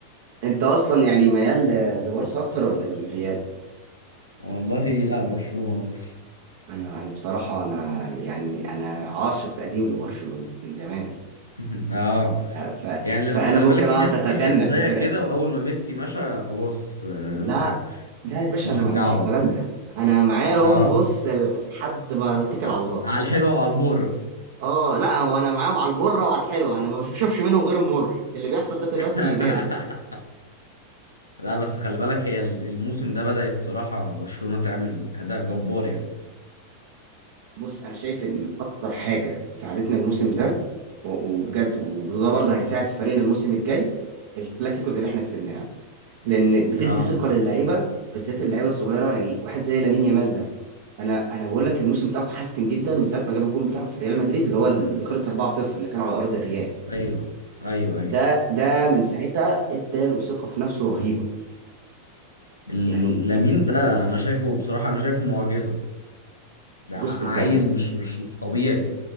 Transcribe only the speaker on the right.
انت اصلا يعني ميال ل- لبارسا اكتر ولا للريال
انا انا بصراحه انا يعني انا عاشق قديم لبرشلونه من زمان
ف...
فانا
ممكن
اقعد
اتغنى
في الفرقه
دي
لا لا يا باشا
انا ما عنديش الكلام
ده انا معاهم
بص لحد ما اتكل
على الله
اه لا هو انا معاهم على المره وعلى الحلوه انا ما بشوفش منهم غير المر اللي بيحصل ده دلوقتي
نادر
بص انا شايف ان اكتر حاجه ساعدتنا الموسم ده و- وبجد وده برضه هيساعد فريقنا الموسم الجاي الكلاسيكوز اللي احنا كسبناها لان بتدي
ثقه للعيبه بالذات اللعيبه الصغيره يعني واحد زي لامين يامال ده انا انا بقول لك الموسم بتاعه اتحسن جدا من ساعه ما جاب الجون بتاعه في ريال مدريد اللي هو اللي خلص 4-0 اللي كان على ارض الريال
ده ده من ساعتها اداله ثقة في نفسه رهيبة
يعني
بص
انت
انت